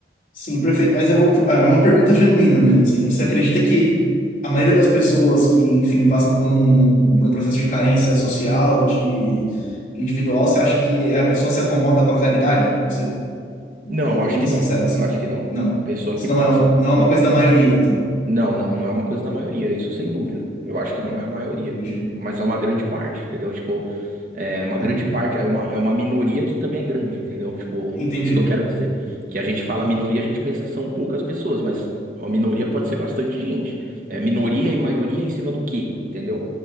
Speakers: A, on the left; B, on the right.
A: Sim, perfeito. Mas eu vou. ah, É uma pergunta genuína mesmo. Assim. Você
B: Uhum.
A: acredita que a maioria das pessoas que, enfim, passam por um, por um processo de carência social, de individual, você acha que a pessoa se acomoda com a caridade? Você,
B: Não,
A: uma
B: eu
A: pergunta
B: acho que não.
A: sincera,
B: Eu
A: assim.
B: acho que não.
A: Não.
B: A pessoa que
A: Isso
B: passa.
A: não é, um- não é
B: Não.
A: uma coisa da maioria, então.
B: Não, não, não é uma coisa da maioria, isso sem dúvida. Eu acho que não é a maioria,
A: Entendi.
B: mas é uma grande parte, entendeu? Tipo, é uma grande
A: Uhum.
B: parte, é uma, é uma minoria que também é grande, entendeu? Tipo,
A: Entendi.
B: isso que eu quero dizer. Que a gente fala
A: Entendi.
B: minoria, a gente pensa que são poucas pessoas, mas a minoria pode ser bastante gente. É minoria e maioria em cima do quê, entendeu?